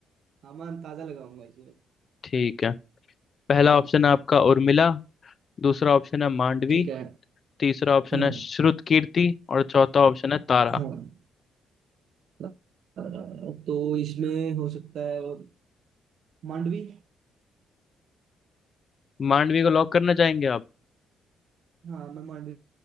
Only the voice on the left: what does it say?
ठीक है पहला ऑप्शन है आपका उर्मिला दूसरा ऑप्शन है मांडवी
तीसरा ऑप्शन
है श्रुत कीर्ति और चौथा ऑप्शन है तारा
मांडवी को लॉक करना चाहेंगे आप